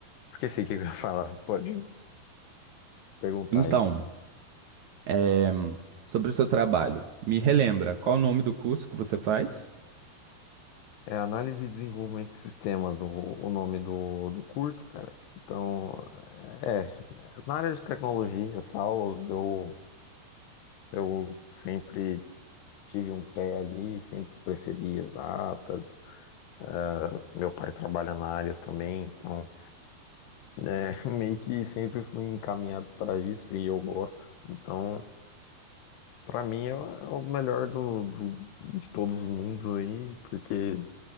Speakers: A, on the left (about 80°); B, on the right (about 65°).
A: Esqueci o que eu ia falar. Pode perguntar
B: Então,
A: aí.
B: é, sobre o seu trabalho, me relembra, qual o nome do curso que você faz?
A: É análise e desenvolvimento de sistemas, o, o nome do, do curso, cara. Então, é, na área de tecnologia e tal, eu, eu sempre tive um pé ali, sempre preferi exatas. Ah, meu pai trabalha na área também, então, é, <laughs> meio que sempre fui encaminhado para isso e eu gosto. Então, Pra mim é o melhor do, do- de todos os mundos aí, porque